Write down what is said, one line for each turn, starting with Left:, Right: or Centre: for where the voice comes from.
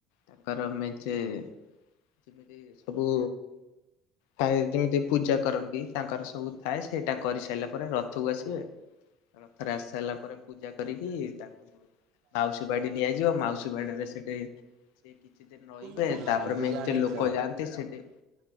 Left: ତାଙ୍କର ମେଞ୍ଚେ ଯେମିତି ସବୁ ଥାଏ ଯେମିତି ପୂଜା କରନ୍ତି ତାଙ୍କର ସବୁ ଥାଏ ସେଇଟା କରିସାଇଲା ପରେ ରଥକୁ ଆସିବେ ରଥରେ ଆସିସାଇଲା ପରେ ପୂଜା କରିକି ତା <unintelligible> ମାଉସୀ ବାଡି ନିଆଯିବ ମାଉସୀ ବାଡିରେ ସେଟି ସେ କିଛି ଦିନ ରହିବେ
Right: ତମେ
Left: ତାପରେ
Right: ସବୁ
Left: ମେଞ୍ଚେ
Right: ଜାଣିଛ।
Left: ଲୋକ ଯାଆନ୍ତି ସେଟି